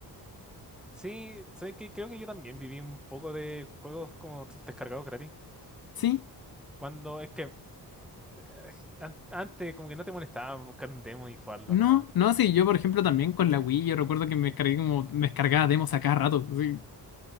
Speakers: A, in the centre; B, on the left.
A: Sí, sé que creo que yo también viví un poco de juegos como descargados gratis.
B: Sí,
A: Cuando es que eh, an- antes como que no te molestaba buscar un demo y jugarlo
B: No,
A: nomás.
B: no, sí, yo por ejemplo también con la Wii, yo recuerdo que me descargué como, me descargaba demos a cada rato, así,